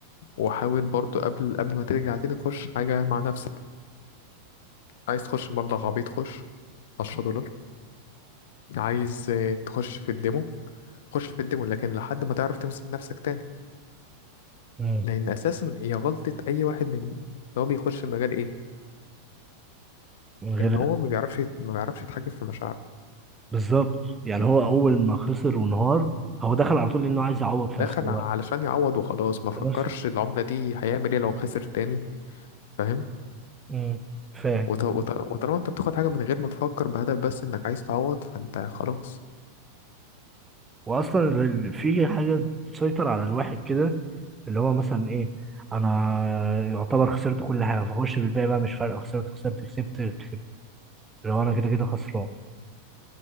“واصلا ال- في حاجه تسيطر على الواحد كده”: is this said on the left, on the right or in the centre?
Right